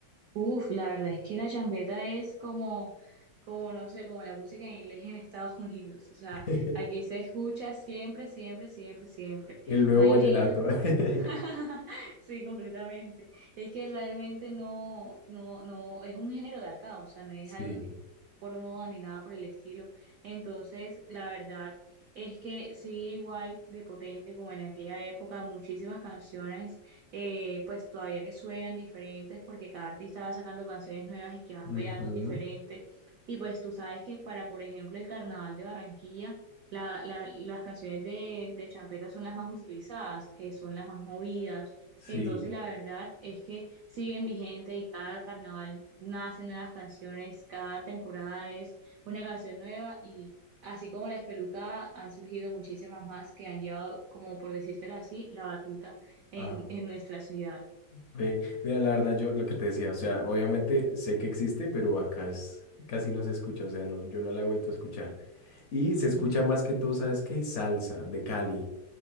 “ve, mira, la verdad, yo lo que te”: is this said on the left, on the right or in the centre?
Left